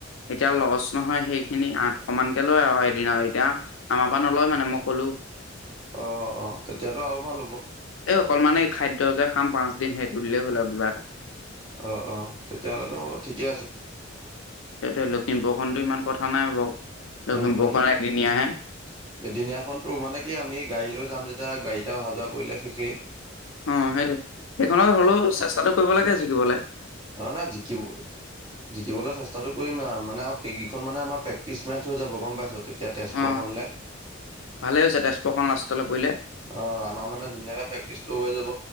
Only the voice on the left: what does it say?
এতিয়া লছ নহয় সেইখিনি আঠশ মান কে লয় আৰু দিনা এতিয়া আমাৰ পৰা নলয় মানে মই কলো
অকলমানে খাদ্য যে খাম পাচদিন সেইটোুদিলেই হ'ল আ কিবা এটা
সেইটোে লখিমপুৰ খন ইমান কথা নাই বাৰু লখিমপুৰখন
এদিনীয়াহে
অ সেইটো সেইখনত হলেও চেষ্টাটো কৰিব লাগে জিকিবলৈ
অ ভালেই হৈছে তেজপুৰখন লাষ্টলৈ পৰিলে